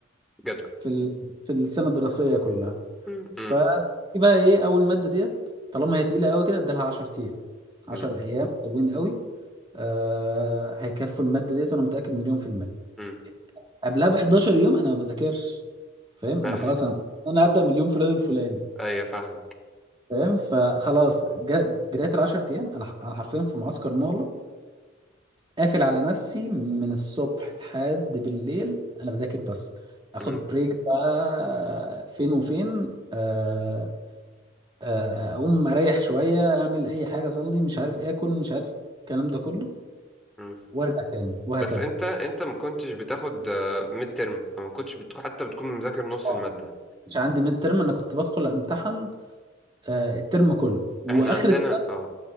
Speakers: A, in the centre; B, on the right.
A: جدول
B: في ال... في السنه الدراسيه كلها
A: امم
B: فدي
A: امم
B: بقى ايه اول ماده ديت طالما هي تقيله قوي كده ادالها 10 ايام 10
A: امم
B: ايام حلوين قوي آه... هيكفوا الماده ديت وانا متاكد مليون في الميه
A: امم
B: قبلها ب 11 يوم انا ما بذاكرش فاهم
A: ايوه
B: انا خلاص انا انا هبدا من اليوم فلان الفلاني
A: ايوه فاهمك
B: فاهم فخلاص جا... بدايه ال 10 ايام انا ح- انا حرفيا في معسكر مغلق قافل على نفسي من الصبح لحد بالليل انا بذاكر بس اخد
A: امم
B: بريك بقى فين وفين آه آه، اقوم اريح شويه اعمل اي حاجه اصلي مش عارف اكل مش عارف الكلام ده كله
A: امم
B: وارجع تاني وهكذا
A: بس انت انت ما كنتش بتاخد ميد ترم فما كنتش بتكون حتى بتكون مذاكر نص
B: اه
A: المادة
B: مش عندي ميد ترم انا كنت بدخل امتحن آه، الترم كله واخر
A: احنا عندنا
B: السنه
A: اه